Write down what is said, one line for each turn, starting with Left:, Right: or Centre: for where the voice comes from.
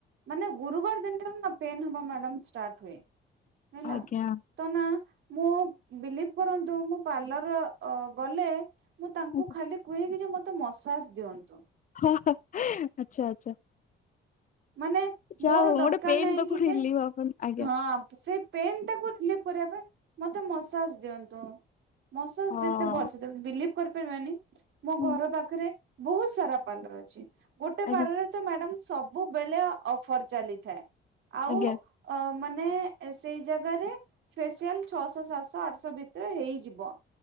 Right: ମାନେ ଗୁରୁବାର ଦିନ ଠାରୁ ପେନ୍ ହେବା ମ୍ୟାଡ଼ାମ୍ ଷ୍ଟାର୍ଟ ହୁଏ ହେଲା
Left: ଆଜ୍ଞା
Right: ତ ନା ମୁଁ ବିଲିଭ୍ କରନ୍ତୁ ମୁଁ ପାର୍ଲର ଅ ଗଲେ ମୁଁ ତାଙ୍କୁ
Left: ଆଜ୍ଞା।
Right: ଖାଲି କୁହେନି ଯେ ମତେ ମସାଜ ଦିଅନ୍ତୁ
Left: ହଁ ଆଚ୍ଛା ଆଚ୍ଛା
Right: ମାନେ
Left: ଯାହା
Right: ମୋର
Left: ହଉ
Right: ଦରକାର
Left: ଗୋଟେ ପେନ୍
Right: ନାହିଁ
Left: ତ କୋଉଠି
Right: କି ଯେ
Left: ଆପଣ ଆଜ୍ଞା।
Right: ହଁ ସେ ପେନ୍ ଟାକୁ ରିଲିଫ୍ କରିବା ପାଇଁ ମତେ ମସାଜ ଦିଅନ୍ତୁ ମୋସାଜ୍
Left: ହଁ
Right: ଯେତେ ଭଲ ସେ ଦେବେ ବିଲିଭ୍ କରିପାରିବେନି ମୋ
Left: ହୁଁ
Right: ଘର ପାଖରେ ବହୁତ ସାରା ପାର୍ଲର ଅଛି ଗୋଟେ
Left: ଆଜ୍ଞା
Right: ପାର୍ଲରରେ ତ ମ୍ୟାଡାମ ସବ ସବୁବେଳେ ଅଫର ଚାଲିଥାଏ ଆଉ
Left: ଆଜ୍ଞା
Right: ଅ ମାନେ ସେଇ ଜାଗାରେ ଫେସିଆଲ ଛଅଶହ ସାତଶହ ଆଠଶହ ଭିତରେ ହେଇଯିବ